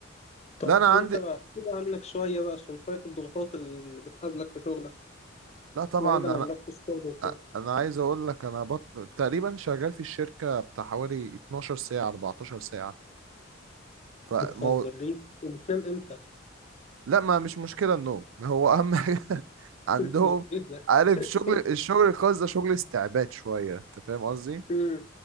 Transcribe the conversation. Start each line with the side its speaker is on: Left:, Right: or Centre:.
Left: طب
Right: لا انا
Left: انت
Right: عندي
Left: بقى احكي لي عنك شوية بقى عشان شوية الضغوطات اللي بتقابلك في شغلك
Right: لا طبعا
Left: بعيدا
Right: انا
Left: عن ضغط الشغل وكده
Right: انا عايز اقول لك انا بط... تقريبا شغال في الشركه بتاع حوالي 12 ساعه 14 ساعه فمو...
Left: بتهزر ليه وبتنام امتى
Right: لا ما مش مشكله النوم <laughs> هو اهم حاجه <laughs> عندهم
Left: <laughs> ايه ده
Right: عارف شغل
Left: ايه
Right: الشغل
Left: ده
Right: الخاص ده شغل استعباد شويه انت فاهم قصدي
Left: مم.